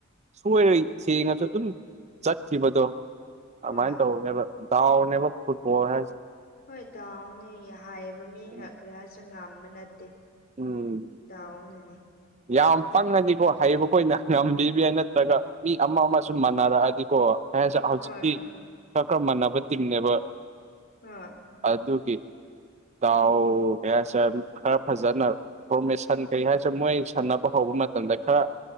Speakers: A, on the right; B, on the left.
A: ꯁꯣꯏꯔꯣꯏ ꯁꯦꯡꯉꯁꯨ ꯑꯗꯨꯝ ꯆꯠꯈꯤꯕꯗꯣ
B: ꯍꯣꯏ
A: ꯑꯗꯨꯃꯥꯏꯅ ꯇꯧꯕꯅꯦꯕ ꯗꯥꯎꯅꯦꯕ ꯐꯨꯠꯕꯣꯜ ꯍꯥꯏꯁꯦ
B: ꯍꯣꯏ ꯇꯍꯥꯎꯅꯦ ꯍꯥꯏꯌꯦꯕ ꯃꯤꯅ
A: ꯎꯝ
B: ꯀꯔꯤꯌꯥ ꯆ ꯉꯝꯕ ꯅꯠꯇꯦ ꯌꯥꯗꯥꯎꯟꯅꯤ
A: ꯎꯝ ꯌꯥꯝ ꯄꯪꯉꯅꯤꯀꯣ ꯍꯩꯕꯈꯣꯏꯅ ꯉꯝꯕꯤ ꯅꯠꯇ꯭ꯔꯒ ꯃꯤ ꯑꯃ ꯑꯃ ꯁꯨꯝ ꯃꯥꯟꯅꯔꯛꯑꯗꯤꯀꯣ ꯍꯧꯖꯤꯛꯇꯤ
B: ꯍꯣꯏ ꯍꯣꯏ
A: ꯈꯔ ꯈꯔ ꯃꯥꯟꯅꯕ ꯇꯤꯡꯅꯦꯕ
B: ꯎꯝ
A: ꯑꯗꯨ ꯑꯗꯨꯒꯤ ꯗꯥꯎ ꯀꯩ ꯍꯥꯏꯁꯤꯔꯦ ꯈꯔ ꯐꯖꯅ ꯐꯣꯔꯃꯦꯁꯟ ꯀꯩ ꯍꯥꯏꯁꯤꯔꯦ ꯃꯣꯏ ꯁꯟꯅꯅꯕ ꯍꯧꯕ ꯃꯇꯝꯗ ꯈꯔ